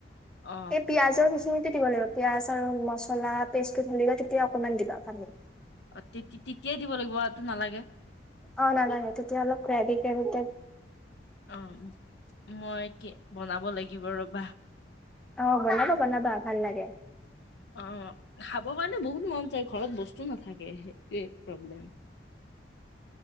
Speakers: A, on the left; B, in the centre.
A: অ
B: এই পিঁয়াজৰ কিছুমান দিব লাগিব পিয়াজ আৰু মছলা পেষ্টটো ঢালিবা তেতিয়া অকনমান দিবা পানী।
A: অহ' তিতি তেতিয়া দিব লাগিব আৰু টো নালাগে।
B: অহ' নালাগে, তেতিয়া অলপ গ্ৰেভি কৰি তাইপ
A: অহ' মই কি বনাব লাগিব ৰবা।
B: অ বনাব বনাবা ভাল লাগে।
A: অ খাব কাৰণে বহুত মন ঘৰত বস্তু নাথাকে সেইটোৱে। প্ৰব্লেম,